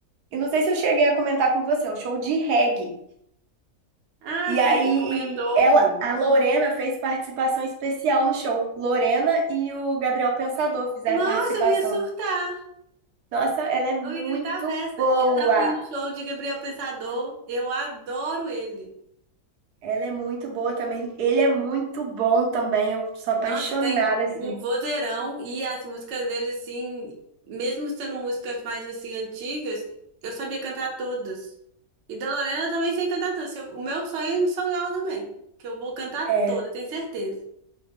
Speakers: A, on the right; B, on the right.
A: e não sei se eu cheguei a comentar com você, é um show de reggae.
B: Ah,
A: E
B: sim,
A: aí,
B: comentou
A: ela,
B: o menino.
A: a Lorena fez participação especial no show. Lorena e o Gabriel Pensador fizeram
B: Nossa,
A: participação.
B: eu ia surtar.
A: Nossa, ela é muito
B: Eu ia gritar a beça.
A: boa.
B: Eu já fui no show de Gabriel Pensador. Eu adoro ele.
A: Ela é muito boa também. Ele é muito bom também. Eu sou apaixonada,
B: Nossa, tem um
A: assim.
B: vozeirão e as músicas dele, assim, mesmo sendo músicas mais, assim, antigas, eu sabia cantar todas. E da Lorena eu também sei cantar todas. Se eu- O meu sonho é ir no São também, que eu vou cantar
A: É.
B: toda, tenho certeza.